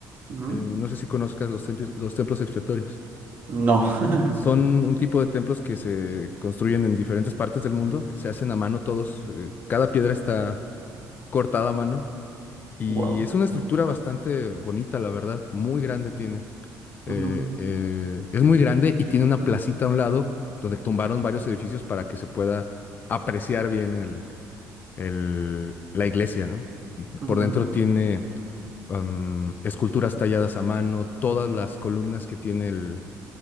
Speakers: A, on the right (about 35°); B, on the left (about 30°).
A: ujú.
B: eh, no sé si conozcas los templos, los templos expiatorios.
A: No. <laughs>
B: Son un tipo de templos que se construyen en diferentes partes del mundo, se hacen a mano todos, eh, cada piedra está cortada a mano y
A: Wow.
B: es una estructura bastante bonita, la verdad, muy grande tiene. Eh,
A: Ujú,
B: eh, es muy grande y tiene una placita a un lado donde tumbaron varios edificios para que se pueda apreciar bien el- el- la iglesia, ¿no?
A: ujú.
B: Por dentro tiene am, esculturas talladas a mano, todas las columnas que tiene el,